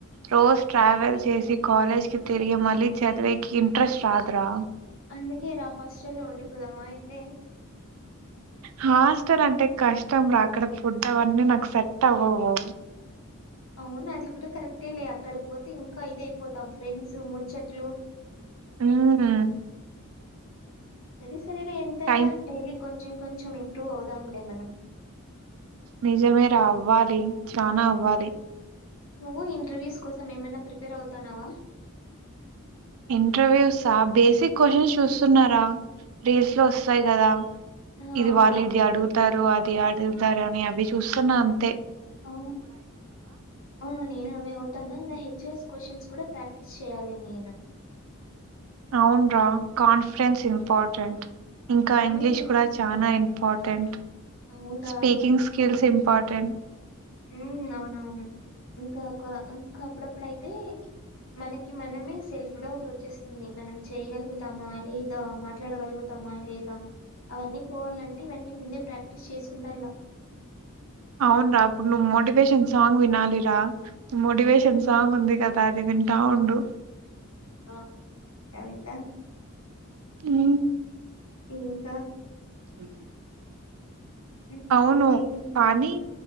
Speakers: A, on the right; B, on the left.
A: రోజు ట్రావెల్ చేసి కాలేజ్‌కీ‌‌ తిరిగి మళ్ళీ చదివేకి ఇంట్రెస్ట్ రాదురా
B: అందుకే రా హాస్టల్లో ఉండిపోదామా అయితే
A: హాస్టల్ అంటే కష్టం రా అక్కడ ఫుడ్ అవన్నీ నాకు సెట్ టవ్వవు
B: అవును అది కూడా కరెక్టేలే అక్కడపోతే ఇంకా ఇదైపోతాం ఫ్రెండ్స్ ముచ్చట్లు
A: హ్మ్
B: సరే స ఫిరుడు ఎంతైనా
A: టైం
B: డైలీ కొంచెం కొంచెం ఇంప్రూవ్ అవుదాంలే మనం
A: నిజమేరా అవ్వాలి చానా అవ్వాలి
B: నువ్వు ఇంటర్వ్యూస్ కోసం ఏమైనా ప్రిపేర్ అవుతాన్నావా
A: ఇంటర్వ్యూసా బేసిక్ క్వశ్చన్స్ చూస్తున్నారా రీల్స్‌లో వస్తాయ్ కదా
B: ఆ!
A: ఇది
B: అవునవును.
A: వాళ్ళు ఇది అడుగుతారు అది అడుగు తారాని అవి చూస్తున్నాను
B: ఆ అవు నేను అవేవతన్నా హెచ్చర్స్ క్వశ్చన్స్ కూడా ప్రాక్టీస్ చేయ్యాలి నేను
A: అవున్రా కాన్ఫిడెన్స్ ఇంపార్టెంట్ ఇంకా
B: హ్మ్.
A: ఇంగ్లీష్ కూడా చానా ఇం ఇంపార్ర్టెంట్
B: అవునురా
A: స్పీకింగ్ స్కిల్స్ ఇంపార్ర్టెంట్
B: ఊ అవునవును ఇంకొక ఇంకా అప్పుడప్పుడ అయితే మనకి మనమే సెల్ఫ్ డౌట్ వచ్చేస్తుంది మనం చేయగలుగుతామా లేదా మాట్లాడగలుగుతామా లేదా అవన్నీ పోవాలంటే ఇవన్నీ ముందే ప్రాక్టీస్ చేసి ఉండాల
A: అవున రా అప్పుడు నువ్వు మోటివేషన్ సాంగ్ వినాలిరా మోటివేషన్
B: హ్మ్.
A: సాంగ్ ఉంది కదా అది వింటా ఉండు
B: ఆ! వింటా, వింటా.
A: ఊ
B: ఇంకా
A: ఊ
B: హ్మ్.
A: అవును
B: ఏం
A: పానీ